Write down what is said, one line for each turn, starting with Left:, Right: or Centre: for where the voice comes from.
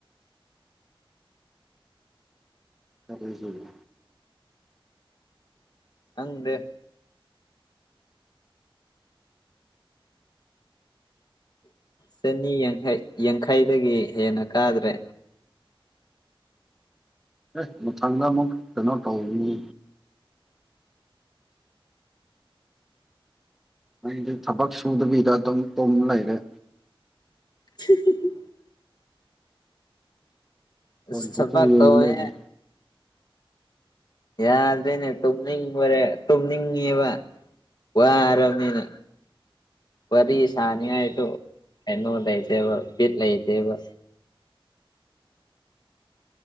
Centre: ꯈꯗꯔꯤꯁꯨꯗ
Left: ꯍꯪꯗꯦ ꯆꯅꯤ ꯌꯥꯡꯈꯩ ꯌꯥꯡꯈꯩꯗꯒꯤ ꯍꯦꯟꯅ ꯀꯥꯗ꯭ꯔꯦ
Centre: ꯑꯦ ꯃꯊꯪꯗ ꯑꯃꯨꯛ ꯀꯩꯅꯣ ꯇꯧꯅꯤ ꯑꯩꯗꯤ ꯊꯕꯛ ꯁꯨꯗꯕꯤꯗ ꯑꯗꯨꯝ ꯇꯨꯝ ꯂꯩꯔꯦ
Left: <unintelligible> ꯑꯁ
Centre: ꯍꯠꯇ
Left: ꯊꯕꯛ
Centre: ꯌꯦꯅꯗ
Left: ꯇꯧꯋꯦ ꯌꯥꯗ꯭ꯔꯦꯅꯦ ꯇꯨꯝꯅꯤꯡꯕꯣꯔꯦ ꯇꯨꯝꯅꯤꯡꯉꯦꯕ ꯋꯥꯔꯕꯅꯤꯅ ꯋꯥꯔꯤ ꯁꯅꯤ ꯍꯥꯏ ꯇ ꯅꯣ ꯂꯩꯗꯦꯕ ꯂꯩꯗꯦꯕ